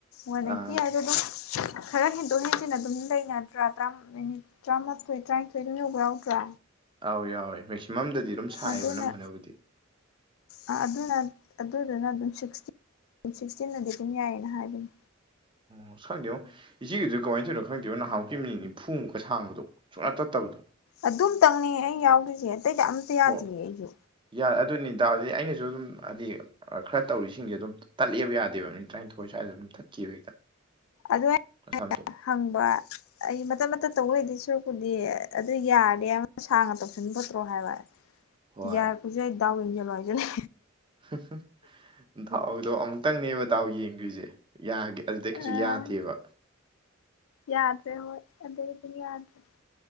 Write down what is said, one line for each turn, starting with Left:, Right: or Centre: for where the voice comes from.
Left: ꯋꯥꯟꯅꯥꯏꯇꯤ
Right: ꯑꯥ
Left: ꯍꯥꯏꯗ‌ꯣ ꯗꯨꯝ ꯈꯔ ꯍꯦꯟꯗꯣꯛ ꯍꯦꯟꯖꯤꯟ ꯑꯗꯨꯝ ꯂꯩꯅꯗ꯭ꯔꯥꯥ ꯃꯤꯅꯤꯠ ꯇꯔꯥꯃꯥꯊꯣꯏ ꯇꯔꯥꯅꯤꯊꯣꯏ ꯑꯗꯨꯝ ꯌꯧꯕ ꯌꯥꯎꯗ꯭ꯔꯥ
Right: ꯑꯧ ꯌꯥꯎꯋꯦ ꯃꯦꯛꯁꯤꯃꯝꯗꯗꯤ ꯑꯗꯨꯝ ꯁꯥꯏꯌꯦꯕ
Left: ꯑꯗꯨꯅ
Right: ꯑꯅꯝꯕꯅꯕꯨꯗꯤ
Left: ꯑ ꯑꯗꯨꯅ ꯑꯗꯨꯗꯨꯅ ꯑꯗꯨꯝ ꯁꯤꯛꯁꯇꯤ꯫ ꯁꯤꯛꯁꯇꯤꯟꯅꯗꯤ ꯑꯗꯨꯝ ꯌꯥꯏꯌꯦꯅ ꯍꯥꯏꯕꯅꯤ
Right: ꯑꯣ ꯁꯪꯗꯦꯉꯣ ꯏꯆꯦꯒꯤꯗꯨ ꯀꯃꯥꯏ ꯇ‌ꯩꯅꯣ ꯈꯪꯗꯦꯕ‌ꯣ ꯅꯍꯥꯟꯃꯨꯛꯀꯤ ꯃꯤꯅꯤꯠ ꯅꯤꯐꯨꯃꯨꯛꯀ ꯁꯥꯡꯕꯗꯣ ꯁꯨꯡꯇꯠ ꯇꯠꯇꯕꯗꯣ
Left: ꯑꯗꯨꯝ ꯇꯪꯅ‌‌ꯦ ꯑꯩ ꯌꯥꯎꯒꯤꯆ‌‌ꯦ ꯑꯇꯩꯗꯤ ꯑꯝꯇ ꯌꯥꯗꯤꯌꯦ
Right: ꯍꯣ
Left: ꯑꯩꯖꯨ
Right: ꯌꯥꯏ ꯑꯗꯨꯅꯤ ꯇꯗꯤ ꯑꯩꯅꯖꯨ ꯑꯗꯨꯝ ꯍꯥꯏꯗꯤ꯫ ꯈꯔ ꯇꯧꯔꯤꯁꯤꯡꯁꯦ ꯑꯗꯨꯝ ꯇꯠꯂꯦꯕ ꯌꯥꯗꯦꯕ ꯃꯤꯅꯠ ꯇꯔꯥꯅꯤꯊꯣꯏ ꯁ꯭ꯋꯥꯏꯗ ꯑꯗꯨꯝ ꯇꯠꯈꯤꯕ ꯍꯦꯛꯇ꯫
Left: ꯑꯗꯣ ꯑꯩꯅ
Right: ꯑꯁꯝꯇ
Left: ꯍꯪꯕ꯫ ꯑꯩ ꯃꯇꯠ ꯃꯇꯠ ꯇꯧ ꯂꯩꯗꯦ ꯁꯨꯔꯛꯄꯨꯗꯤ ꯑꯗꯨ ꯌꯥꯔꯗꯤ ꯑꯃ ꯁꯥꯡꯅ ꯇꯧꯁꯟ ꯐꯇꯔ‌ꯣ ꯍꯥꯏꯕ
Right: ꯍꯣꯏ
Left: ꯌꯥꯔꯛꯄꯁꯨ ꯌꯥꯏ ꯗꯥꯎ ꯌꯦꯡꯖꯜꯂꯣ ꯍꯥꯏꯜꯂ‌ꯦ
Right: ꯍ ꯍ ꯗꯥꯎꯗꯣ ꯑꯃꯨꯛꯇꯪꯅꯦꯕ ꯗꯥꯎ ꯌꯦꯡꯒ‍꯭ꯔꯤꯖ‌ꯦ ꯌꯒ‌ꯦ ꯑꯗꯨꯗꯩ
Left: ꯑ
Right: ꯀꯩꯁꯨ ꯌꯥꯗꯦꯕ
Left: ꯌꯥꯗ꯭ꯔꯦ ꯍꯣꯏ ꯑꯗꯨꯗꯩ ꯑꯗꯨꯝ ꯌꯥꯗ꯭ꯔꯦ